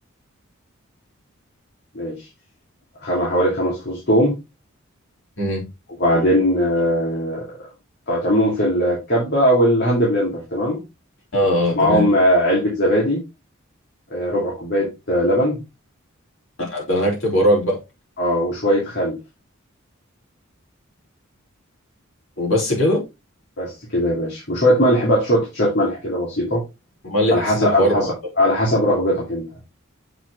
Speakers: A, on the left; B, on the left.
A: ماشي خم... حوالي خمس فصوص توم
B: امم
A: وبعدين آه، ت- تعملهم في الكبة أو الهاند بلندر تمام
B: آه آه
A: معاهم
B: تمام
A: آه، علبة زبادي آه، ربع كوباية آه، لبن
B: أنا- ده أنا هكتب وراك بقى
A: اه وشوية خل
B: وبس كده
A: بس كده يا باشا وشوية ملح بقى شوية شوية ملح كده بسيطة
B: أمال ليه
A: على
B: حسيت
A: حسب
B: الحوار
A: على حسب
B: معقد
A: على حسب رغبتك انت